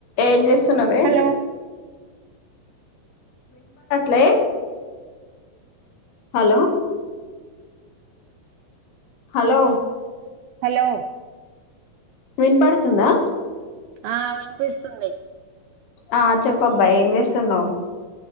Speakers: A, on the left (about 80°); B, on the right (about 85°).
A: ఏం చెస్ తునవే
B: హలో
A: లే హలో హలో
B: హలో
A: వినపడుతుందా
B: ఆ వినిపిస్తుంది.
A: ఆ చెప్పబ్బా ఏం చేస్తునావ్?